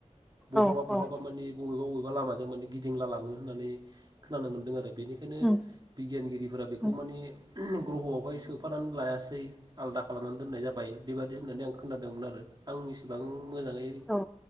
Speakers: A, on the right; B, in the centre.
A: बहाबा
B: औ
A: बहाबा
B: औ
A: मानि बबेबा बबेबा <unintelligible> लामा जों माने गिदिंला लाङो होननानै खोनानो मोनदों आरो बेनिखायनो
B: उम
A: बिगियानगिरिफोरा बेखौ
B: उम
A: मानि ग्रहआवहाय सोफानानै लायासै आलदा खालामनानै दोननाय जाबाय बेबादि होननानै आं खोनादोंमोन आरो आं एसेबां मोजाङै
B: औ